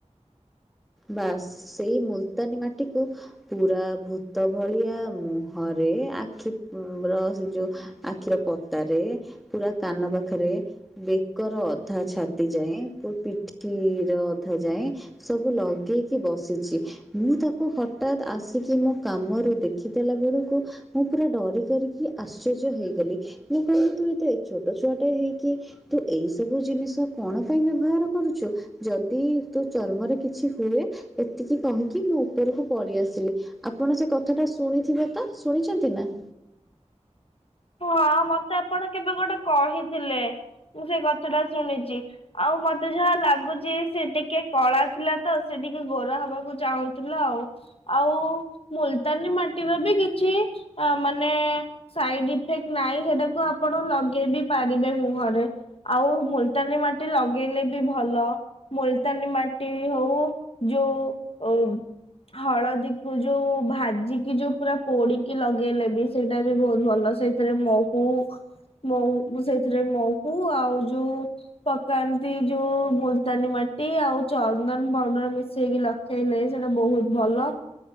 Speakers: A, in the centre; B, on the left (about 50°).
A: ବାସ୍ ସେଇ ମୁଲତାନୀ ମାଟିକୁ ପୁରା ଭୂତ ଭଳିଆ ମୁହଁରେ ଆଖି ର ସେ ଯୋଉ ଆଖିର ପତାରେ ପୁରା କାନ ପାଖରେ ବେକର ଅଧା ଛାତି ଯାଏଁ ପ ପିଠିର ଅଧା ଯାଏଁ ସବୁ ଲଗେଇକି ବସିଛି। ମୁଁ ତାକୁ ହଠାତ୍ ଆସିକି ମୋ କାମରୁ ଦେଖିଦେଲା ବେଳକୁ ମୁଁ ପୁରା ଡରି କରିକି ଆଶ୍ଚର୍ଯ୍ୟ ହେଇଗଲି, ମୁଁ କହିଲି ତୁ ଏତେ ଛୋଟ ଛୁଆଟା ହେଇକି ତୁ ଏଇ ସବୁ ଜିନିଷ କଣ ପାଇଁ ବ୍ୟବହାର କରୁଛୁ, ଯଦି ତୁ ଚର୍ମରେ କିଛି ହୁଏ, ଏତିକି କହିକି ମୁଁ ଉପରକୁ ପଳେଇ ଆସିଲି। ଆପଣ ସେ କଥାଟା ଶୁଣିଥିବେ ତ ଶୁଣିଛନ୍ତି ନା?
B: ହଁ ମତେ ଆପଣ କେବେ ଗୋଟେ କହିଥିଲେ, ମୁଁ ସେ କଥା ଟା ଶୁଣିଛି। ଆଉ ମତେ ଯାହା ଲାଗୁଛି ସେ ଟିକେ କଳା ଥିଲା ତ ସେ ଟିକେ ଗୋରା ହବାକୁ ଚାହୁଁଥିଲା ଆଉ। ଆଉ ମୁଲତାନୀ ମାଟିର ବି କିଛି ମାନେ ସାଇଡ ଇଫେକ୍ଟ ନାଇଁ ସେଟାକୁ ଆପଣ ଲଗେଇ ବିି ପାରିବେ ମୁହଁରେ। ଆଉ ମୁଲତାନୀ ମାଟି ଲଗେଇଲେ ବି ଭଲ। ମୁଲତାନି ମାଟି ହଉ, ଯୋଉ ଅ ହଳଦୀକୁୁ ଯୋଉ ଭାଜିକି ଯୋଉ ପୁରା ପୋଡିକି ଲଗେଇଲେ ବି ସେଇଟା ବି ବହୁତ ଭଲ ସେଇ ସେଥିରେ ମହୁହୁ ସେଥିରେ ମହୁ ଆଉ ଯୋଉ ପକାନ୍ତି ଯୋଉ ମୁଲତାନୀ ମାଟି ଆଉ ଚନ୍ଦନ ପାଉଡର ମିଶେଇକି ଲ ନାଇ ନାହିଁ ସେଇଟା ବହୁତ ଭଲ।